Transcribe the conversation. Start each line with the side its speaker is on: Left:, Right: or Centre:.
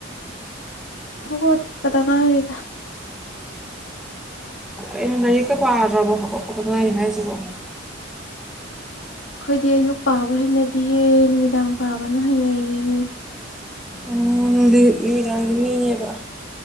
Left: ꯍꯣ ꯄꯇꯥ ꯉ ꯍꯥꯏꯔꯦ
Centre: ꯑꯩꯅ ꯂꯥꯏꯔꯤꯛꯀ ꯄꯥꯗ꯭ꯔꯕꯣ ꯈꯕꯛ ꯐꯗꯅ ꯑꯩꯅ ꯍꯥꯏꯖꯕ
Left: ꯑꯩꯈꯣꯏꯗꯤ ꯑꯌꯨꯛ ꯄꯥꯕ ꯍꯩꯅꯗꯤꯌꯦꯦ ꯅꯨꯃꯤꯗꯥꯡ ꯄꯥꯕꯅ ꯍꯩꯅꯩꯌꯦ
Centre: ꯑꯣꯗꯤ ꯥꯡ ꯃꯤꯅꯦꯕ